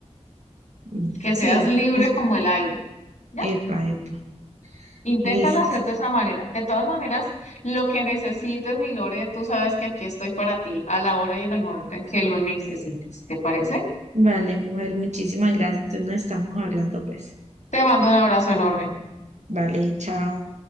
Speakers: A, on the right; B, on the left.
A: Mm,
B: Que
A: Sí,
B: seas libre
A: es
B: como el aire, ¿ya?
A: epa, epa.
B: Inténtalo
A: Listo.
B: hacer de esa manera. De todas maneras, lo que necesites, mi Lore, tú sabes que aquí estoy para ti a la hora y en el momento en que lo necesites. ¿Te parece?
A: Vale, mujer, muchísimas gracias. Entonces nos estamos hablando, pues.
B: Te mando un abrazo enorme.
A: Vale, chao.